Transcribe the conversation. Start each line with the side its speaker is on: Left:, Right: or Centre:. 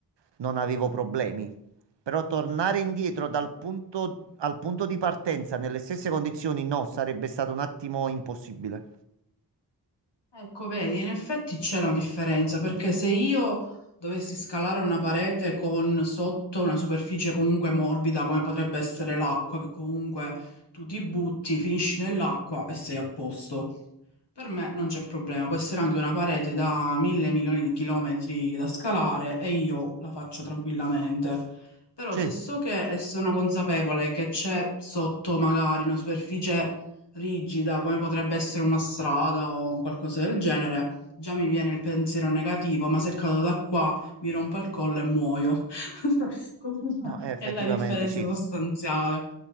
Right: non avevo problemi. Però tornare indietro dal punto, al punto di partenza nelle stesse condizioni, no, sarebbe stato un attimo impossibile.
Left: Ecco, vedi, in effetti c'è una differenza perché se io dovessi scalare una parete con sotto una superficie comunque morbida, come potrebbe essere l'acqua, che comunque tu ti butti, finisci nell'acqua e sei a posto. Per me non c'è problema, può essere anche una parete da mille milioni di chilometri da scalare e io la faccio tranquillamente. Però
Right: Sì,
Left: se so che e sono consapevole che c'è sotto magari una superficie rigida, come potrebbe essere una strada o un qualcosa del genere, già mi viene il pensiero negativo, ma se cado da qua mi rompo il collo e muoio. <laughs> Questa
Right: no, eh, effettivamente
Left: è la differenza
Right: sì.
Left: sostanziale.